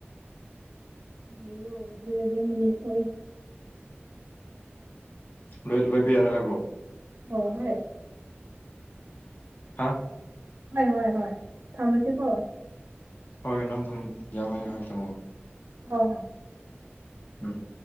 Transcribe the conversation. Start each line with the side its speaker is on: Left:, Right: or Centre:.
Right: <unintelligible>
Left: ꯎꯣꯔꯦꯟ ꯂꯣꯏꯕ ꯌꯥꯔꯦ ꯍꯥꯏꯕ꯭ꯔꯣ
Right: ꯑꯣ ꯍꯣꯏ
Left: ꯍꯥ
Right: ꯍꯣꯏ ꯍꯣꯏ ꯍꯣꯏ ꯊꯝꯃꯁꯤꯀꯣ
Left: ꯍꯣꯏ ꯅꯪ ꯊꯝ ꯌꯥꯔꯦ ꯍꯣꯏ ꯊꯝꯃꯣ
Right: ꯍꯣꯏ ꯍꯣꯏ
Left: ꯎꯝ